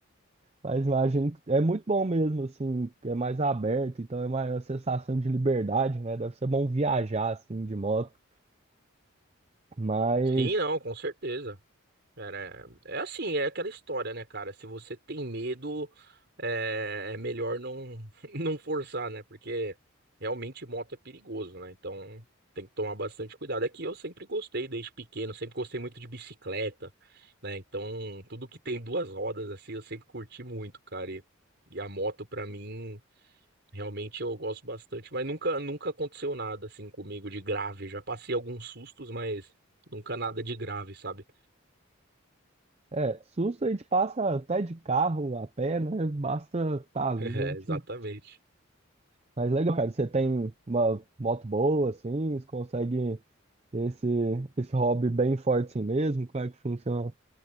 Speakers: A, on the right; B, on the right.
A: mas imagino que é muito bom mesmo, assim, é mais aberto, então é maior a sensação de liberdade, né? Deve ser bom viajar, assim, de moto. Mas,
B: Sim, não, com certeza. Cara, é é assim, é aquela história, né, cara? Se você tem medo, é, é melhor não, <laughs> não forçar, né? Porque realmente moto é perigoso, né? Então tem que tomar bastante cuidado. É que eu sempre gostei, desde pequeno, sempre gostei muito de bicicleta, né? Então tudo que tem duas rodas, assim, eu sempre curti muito, cara. E, e a moto, pra mim, realmente eu gosto bastante. Mas nunca, nunca aconteceu nada, assim, comigo de grave. Já passei alguns sustos, mas nunca nada de grave, sabe?
A: é, susto a gente passa até de carro, a pé, né? Basta tá vivo,
B: <laughs>
A: a gente...
B: É, exatamente.
A: Mas legal, cara, você tem uma moto boa, assim, você consegue ter esse, esse hobby bem forte assim mesmo? Como é que funciona?